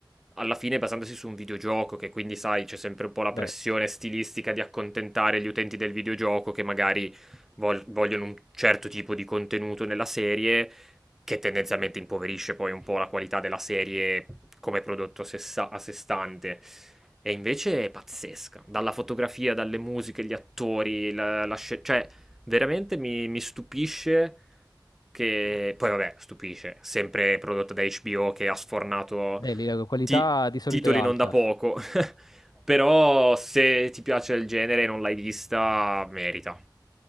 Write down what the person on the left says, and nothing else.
beh,
beh, lì la qualità
di solito
è alta.